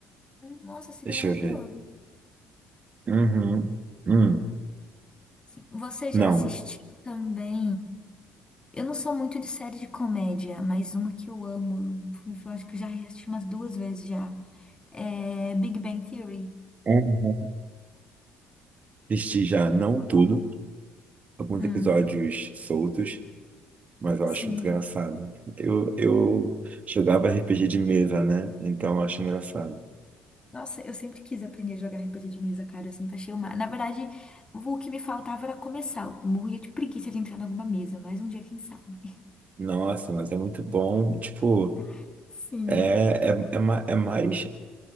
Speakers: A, on the left; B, on the right.
A: Nossa, seria
B: Deixa
A: maravilhoso.
B: eu ver. Uhum. Hum.
A: Sim. Você já
B: Não.
A: assistiu também? Eu não sou muito de série de comédia, mas uma que eu amo, eu, eu acho que eu já assisti umas duas vezes já. É Big Bang Theory.
B: Uhum. Assisti já, não tudo. alguns
A: Hum,
B: episódios soltos, mas eu
A: sim.
B: acho muito engraçado. Eu, eu jogava RPG de mesa, né? Então eu acho engraçado.
A: Nossa, eu sempre quis aprender a jogar RPG de mesa, cara. Eu sempre achei uma. Na verdade, o que me faltava era começar. Eu morria de preguiça de entrar em alguma mesa, mas um dia, quem sabe?
B: Nossa, mas é muito bom. Tipo,
A: <laughs> Sim.
B: é, é, é, ma- é mais